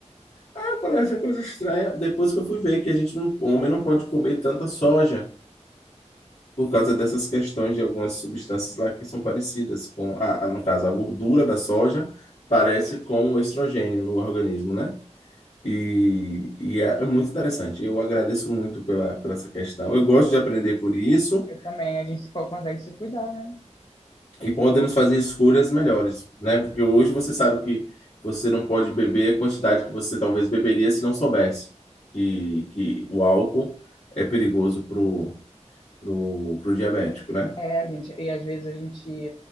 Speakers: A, on the left; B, on the left.
A: Aí eu falei, essa é coisa estranha. Depois que eu fui ver que a gente não, o homem não pode comer tanta soja por causa dessas questões de algumas substâncias lá que são parecidas com, a, a- no caso, a gordura da soja parece com o estrogênio no organismo, né? E, e é, é muito interessante. Eu agradeço muito pela, por essa questão. Eu gosto de aprender por isso.
B: Eu também. A gente se- consegue se cuidar, né?
A: e podemos fazer escolhas melhores, né? Porque hoje você sabe que você não pode beber a quantidade que você talvez beberia se não soubesse que, que o álcool é perigoso pro, pro, pro diabético, né?
B: É, a gente, e às vezes a gente